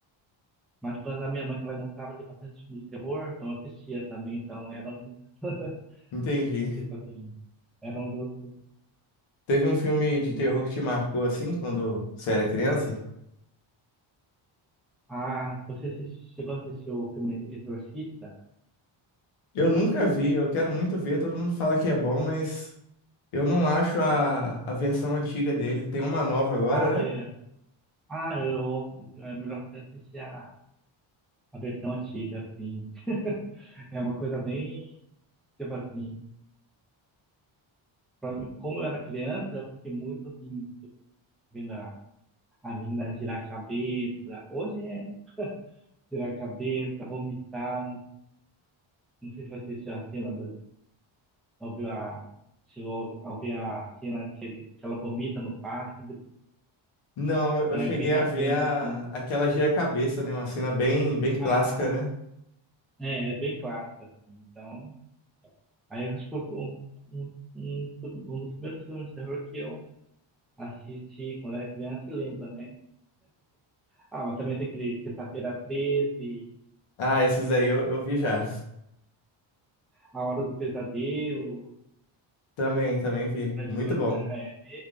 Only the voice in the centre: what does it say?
Mas por causa da minha mãe, que ela gostava de bastante filme de terror, então eu assistia também, então era um dos, <laughs>
tipo assim, era um dos,
do-
Ah, você assisti- chegou a assistir o filme Exorcista?
Ah, é.
Ah, eu, então é melhor você assistir a, a versão antiga, assim, é uma coisa bem, tipo assim, pra mim- como eu era criança, eu fiquei muito, assim, tipo, vendo a, a menina girar a cabeça, hoje é girar a cabeça, vomitar, não, não sei se você assistiu a cena do Ouviu a, chegou a ouvir a cena que, ele, que ela vomita no padre.
Então
é bem marcante,
assim.
Ah,
é, é bem clássico, assim. Então, aí acho que foi um, um, um, um dos primeiros filmes de terror que eu assisti quando era criança e lembra, né? Ah, mas também tem aquele Sexta-feira 13,
A Hora do Pesadelo,
Fred
Krueger,
é,